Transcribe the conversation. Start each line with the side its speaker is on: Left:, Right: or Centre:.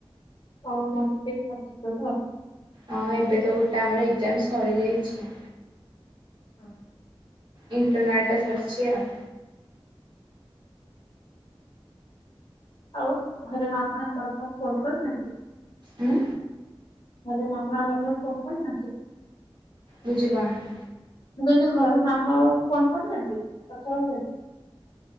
Left: ହଉ ମନ ଦେଇକି ପାଠ ପଢ ଆଉ।
Right: ହଁ ଏବେ ତ ଗୋଟେ ଆମର ଏକ୍ଜାମ୍ ସରିଯାଇଛି।
Left: ହଁ।
Right: ଇଣ୍ଟରନାଲ ଟା ସରିଛି ଆଉ।
Left: ଆଉ ଘରେ ମାମା ବାବା ଫୋନ କରିନାହାନ୍ତି?
Right: ହୁଁ
Left: ଘରେ ମାମା ବାବା ଫୋନ୍ କରିନାହାନ୍ତି?
Right: ବୁଝିପାରୁନି।
Left: ମୁଁ କହିଲି ଘରେ ମାମା ଆଉ ଫୋନ୍ କରିନାହାନ୍ତି କଥା ହବା <unintelligible> ପାଇଁକି।